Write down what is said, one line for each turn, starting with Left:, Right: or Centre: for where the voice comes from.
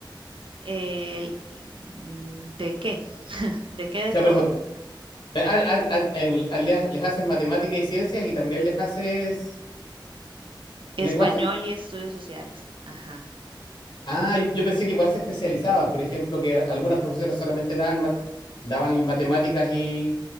Right: El- ¿de qué? ¿De qué de
Left: O sea,
Right: todo?
Left: por eso, a- a- a- en- a- les, les haces matemática y ciencias y también les haces
Right: Español
Left: lenguaje.
Right: y estudios sociales. Ajá.
Left: Ah, yo, yo pensé que igual se especializaban, por ejemplo, que algunas profesoras solamente daban, mat- daban matemáticas y,